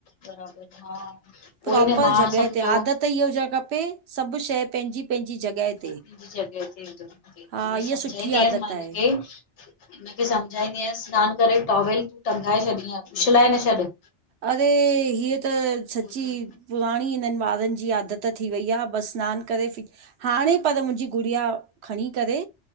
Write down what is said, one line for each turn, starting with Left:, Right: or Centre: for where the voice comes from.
Left: बराबर हा। उहोई
Right: प्रोपर
Left: न मां
Right: जॻह
Left: सम्झो
Right: ते आदत इअ हुजणु खपे सभ शइ पंहिंजी पंहिंजी जॻह ते।
Left: <unintelligible>
Right: हा
Left: सम्झाईंदी
Right: इहा सुठी आदत
Left: आयसि मां हिनखे
Right: आहे
Left: हिनखे सम्झाईंदी आयस <unintelligible> करे टॉवेल तूं टंगाए छॾीह उछलाए न छॾु।
Right: अरे हीअ त सची
Left: त
Right: पुराणी हिनन ॿारन जी आदत थी वई आहे बस। सनानु करे हाणे पर मुंहिंजी गुड़िया खणी करे।